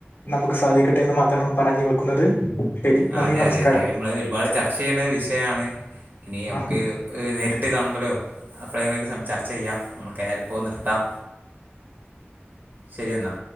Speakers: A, on the left; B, on the right.
A: നമുക്ക് സാധിക്കട്ടെ എന്ന് മാത്രമാണ് പറഞ്ഞു വെക്കുന്നത്. ശരി
B: ആ
A: നന്ദി
B: അതെ
A: നമസ്കാരം
B: അതെയതെ നമ്മള് ഒരുപാട് ചർച്ച ചെയ്യേണ്ട വിഷയമാണ് ഇനി
A: ആ
B: നമുക്ക് ഏഹ് നേരിട്ട് കാണുമ്പളോ അപ്പോഴേങ്കിലുമൊക്കെ സംസാരി ചർച്ച ചെയ്യാം നമ്മുക്ക് ഏതാലുമിപ്പോ നിർത്താം. ശരി എന്നാ.